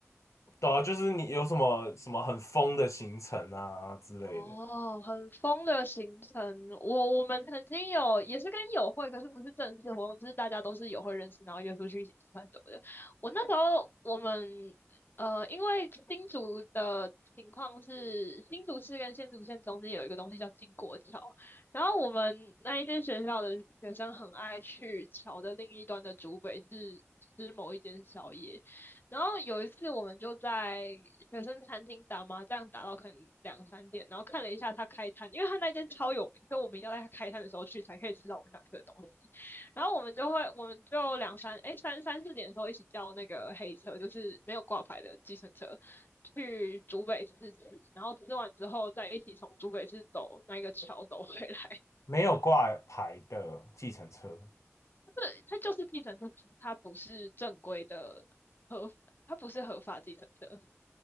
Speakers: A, on the left; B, on the left.
A: 对啊，就是你有什么什么很疯的行程啊之类的。
B: 哦，很疯的行程。我我们曾经有也是跟友会，可是不是正式活动，就是大家都是友会认识，然后约出去一起吃饭什么的。我那时候我们呃，因为新竹的情况是新竹市跟新竹县中间有一个东西叫经国桥，然后我们那一间学校的学生很爱去桥的另一端的竹北是吃某一间宵夜。然后有一次我们就在学生餐厅打麻将，打到可能两三点，然后看了一下他开摊，因为他那间超有名，所以我们一定要在他开摊的时候去才可以吃到我们想吃的东西。然后我们就会，我们就两三哎三三四点的时候一起叫那个黑车，就是没有挂牌的计程车，去竹北市吃，然后吃完之后再一起从竹北市走那个桥走回来。
A: 没有挂牌的计程车
B: <laughs> 对，它就是计程车，可是它不是正规的合，它不是合法计程车。